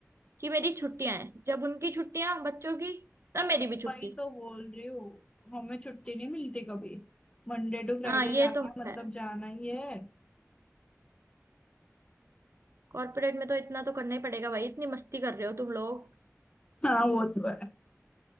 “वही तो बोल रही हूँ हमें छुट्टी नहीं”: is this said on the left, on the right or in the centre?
Left